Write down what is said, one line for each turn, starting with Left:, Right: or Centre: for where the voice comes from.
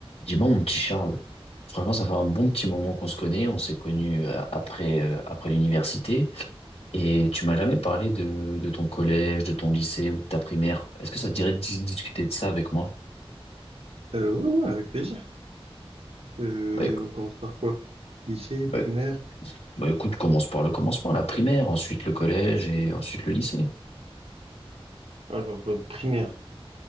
Left: Dis-moi, mon petit Charles, franchement, ça fait un bon petit moment qu'on se connaît. On s'est connus euh, après, euh, après l'université. Et tu m'as jamais parlé de, de ton collège, de ton lycée ou de ta primaire. Est-ce que ça te dirait de dis- discuter de ça avec moi?
Right: Euh, ouais, ouais, avec plaisir. Euh,
Left: Bah, écou-
Right: on commence par quoi? Lycée, primaire.
Left: bah, bah, écoute, commence par le commencement, la primaire, ensuite le collège et ensuite le lycée.
Right: Alors, euh, primaire.